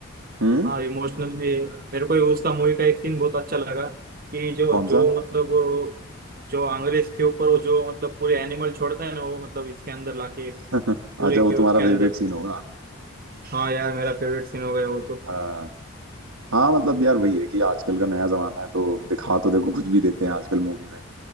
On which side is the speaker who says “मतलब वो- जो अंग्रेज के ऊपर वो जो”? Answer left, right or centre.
Right